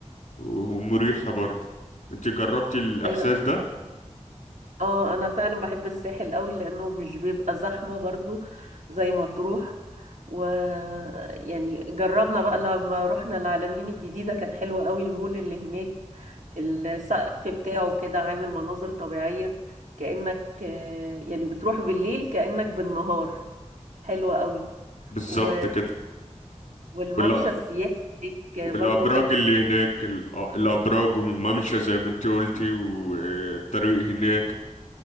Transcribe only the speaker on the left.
ومريحة برضه انت جربتي الإحساس
ده
بالظبط
كده
ولا
والأبراج
اللي
هناك الأ- الأبراج والممشى زي ما انت قلتي والطريق هناك